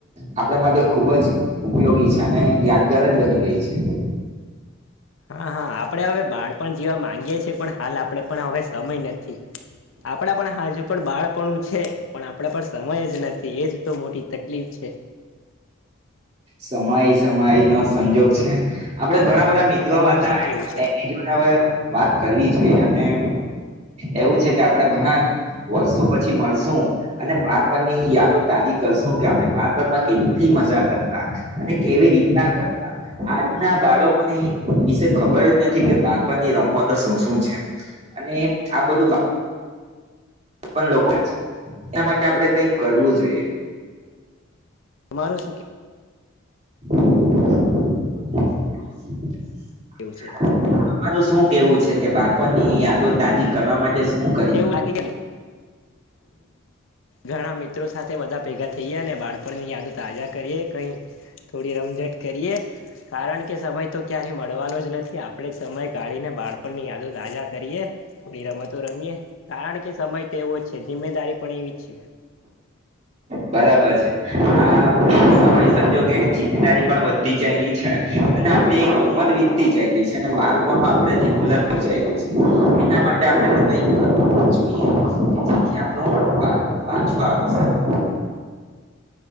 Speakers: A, on the right; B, on the left.
A: આપણે માટે ખૂબ જ ઉપયોગી છે અને યાદગાર જ બની ગઈ છે.
B: હા હા આપડે હવે બાળપ જેવા માંગીએ છીએ પણ હાલ આપણે પણ હવે સમય નથી. આપણા પણ હજુ પણ બાળપણું છે. પણ આપડ પર સમય જ નથી એજ તો મોટી તકલીફ છે.
A: સમય સમય નો સંજોગ છે, આપડે ઘણા બધા મિત્રો
B: તમારું
A: હતા
B: શું કેવું છે
A: એમની જોડે હવે વાત કરવી જોઈએ. એવું છે કે આપણે ઘણા વર્ષો પછી મળશું, અને બાળપણ ની યાદો તાજી કરશું કે આપણે બાળપણમાં કેટલી મજા કરતા, અને કેવી રીતના કરતા આજના બાળકોની વિશે ખબર જ નથી કે બાળપણની રમ તો શું શું છે, અને આ બધું પણ લોકો છે, એ માટે આપણેે કઈક કરવું જોઈએ.
B: તમારું સુું કે
A: <inaudible>
B: કેવું છે?
A: તમારું શું કેવું છે કે બાળપણ ની યાદો તાજી કરવા માટે શું કરીએ
B: મને એવું લાગે ચાલ ઘણા મિત્રો સાથે બધા ભેગા થઈ ગયા ને બાળપણ આપણને યાદો તાજા કરીએ, કંઈ થોડી રમઝટ કરીએ, કારણ કે સમય તો ક્યારેય મળવાનો જ નથી આપણે આપણે સમય કાઢીને બાળપણની યાદો તજા કરીએ. થોડી રમતો રમીએે. કારણ કે સમય તેવો છે જિમ્મેદારી પણ એ છે.
A: બરાબર છે, આ સમય સંજોગે જિમ્મેદારી પણ વધતી ચાયલી છે અને આપણી ઉમર વીતતી જયલી છે, અને બાળ પણ આપ ભુલાતું છે, એના માટે આપણે તો કઈ કરવું જોઈએ કે જેથી આપણ બાળ પાછું આવી શકે.